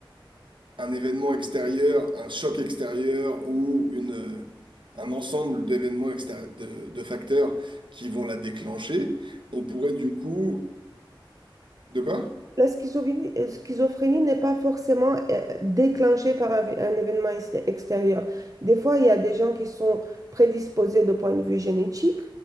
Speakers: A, on the right; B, on the right.
A: un événement extérieur, un choc extérieur ou une, euh, un ensemble d'événements extérieurs, de, de facteurs qui vont la déclencher, on pourrait du coup... De quoi?
B: La schizophrénie, euh, schizophrénie n'est pas forcément euh, déclenchée par un, un événement exté- extérieur. Des fois, il y a des gens qui sont prédisposés de point de vue génétique,